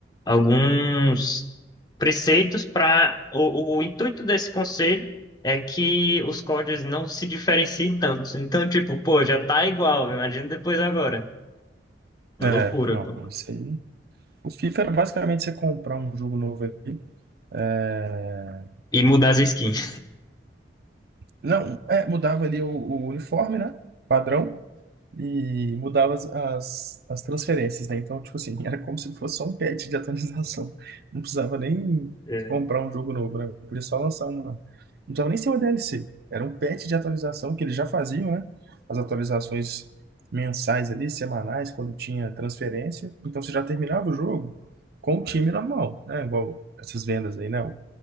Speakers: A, on the left (about 20°); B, on the right (about 55°).
A: alguns preceitos para. O, o intuito desse conselho é que os códigos não se diferenciem tanto. Então, tipo, pô, já tá igual, imagina depois agora. Uma
B: É,
A: loucura,
B: não,
A: pô.
B: isso aí O FIFA era basicamente você comprar um jogo novo ali. É,
A: E mudar as skins.
B: Não, é, mudava ali o, o uniforme, né? Padrão. e mudava as, as, as transferências, né? Então, tipo assim, <laughs> era como se fosse só um patch de atualização. Não precisava nem
A: É.
B: comprar um jogo novo, né? Podia só lançar uma. Não precisava nem ser uma DLC. Era um patch de atualização que eles já faziam, né? As atualizações mensais ali, semanais, quando tinha transferência. Então, você já terminava o jogo com o time na mão, né? Igual essas vendas aí, né? O